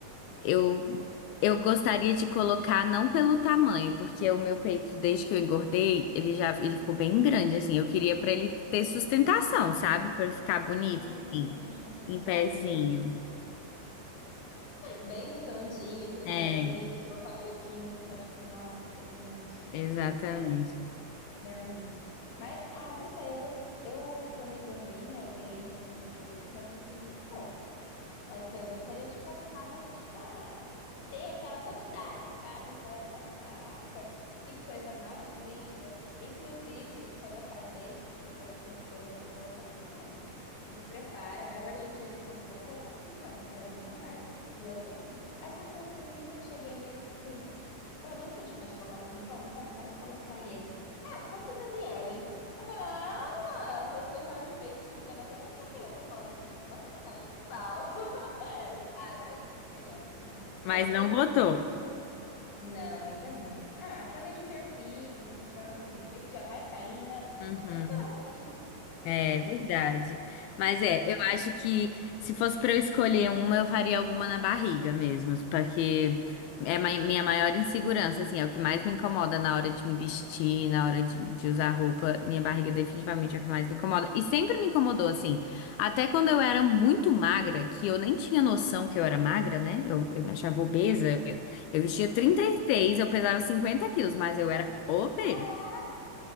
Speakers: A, on the left (about 80°); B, on the left (about 65°).
A: eu, eu gostaria de colocar não pelo tamanho, porque o meu peito, desde que eu engordei, ele já, ele ficou bem grande, assim. Eu queria pra ele ter sustentação, sabe? Pra ele ficar bonito,
B: Hum,
A: assim,
B: uhum,
A: em pezinho.
B: sim. Bem redondinho, aqueles
A: É,
B: negócios lindos de colocar um biquíni e ficar tipo, nossa, gente.
A: exatamente.
B: É, realmente. Mas, ah, não sei, eu, gost... eu quando engordei, né, eu ganhei um pouquinho mais de peito, mas sempre tive muito pouco. Mas assim, eu gostaria de colocar realmente para ter aquela quantidade, sabe? Você olha e fala, caraca, que coisa mais linda. Inclusive, quando eu casei, eu falei pro meu esposo, eu vou colocar silicone. Se prepara, vai guardando dinheiro, porque eu vou colocar silicone. Aí ele, não vai. Eu falei, eu vou sim. Aí passou um tempinho, eu cheguei nele e falei assim, mano, lembra que a gente falou de colocar silicone? Então, eu quero colocar. E ele, ah, quantos mls? Eu falei, ah, falou que gostava de peito pequeno, agora você tá querendo que eu coloque silicone, seu cara de pau? Ai, mas tô querendo. Ai.
A: Mas
B: Mas primeiro
A: não
B: tem
A: botou.
B: que. Não, ainda não. Ah, planejo ter filhos, então assim, o peito já vai cair, né?
A: Uhum.
B: Vamos esperar um pouquinho.
A: É
B: Mas,
A: verdade.
B: ai,
A: Mas é,
B: sonhos.
A: eu acho que se fosse pra eu escolher uma, eu faria alguma na barriga mesmo, porque é mai- minha maior insegurança, assim, é o que mais me incomoda na hora de me vestir, na hora de, de usar roupa. Minha barriga definitivamente é o que mais me incomoda. E sempre me incomodou, assim, até quando eu era muito magra, que eu nem tinha noção que eu era magra, né? Eu, eu me achava obesa. Eu, eu vestia 36,
B: Oh, meu Deus.
A: eu pesava 50 quilos, mas eu era obesa.
B: Caraca!